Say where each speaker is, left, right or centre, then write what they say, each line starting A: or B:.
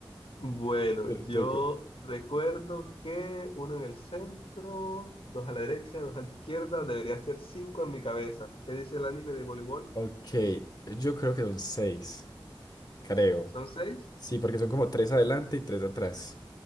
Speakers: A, on the left; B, on the left.
A: Bueno,
B: Te-
A: yo
B: te-
A: recuerdo que uno en el centro, dos a la derecha, dos a la izquierda, debería ser cinco en mi cabeza. ¿Qué dice el anime de voleibol?
B: Ok, yo creo que son seis, creo.
A: ¿Son seis?
B: Sí, porque son como tres adelante y tres atrás.